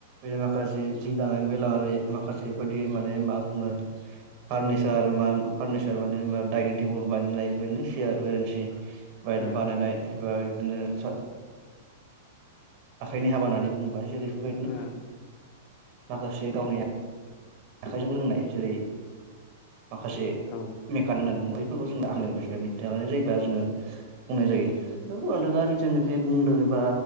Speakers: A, on the right (about 45°); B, on the left (about 45°).
A: बेै माखासे जि दानायनिफ्राय लानानै माखासे बेबायदि माने मा बुङो फार्निचार फारनिचार माने होनबा दाइनिं टेबोल बानायनाय बेबायदिनो सियार बेरेन्सि बाय
B: उम
A: बानायनाय एबा बिदिनो आखाइनि हाबा होननानै बुंबाय जेरै बेफोरबायदिनो
B: उम
A: माखासे गावनि आखाइजों रोंनाय जेरै माखासे
B: औ
A: मेकानिक होनना बुङो <unintelligible> मिथिना लानाय जायोबा जोङो बुंनाय जायो नोंगौ नोंथाङा जिथुनाखि बुंदों एबा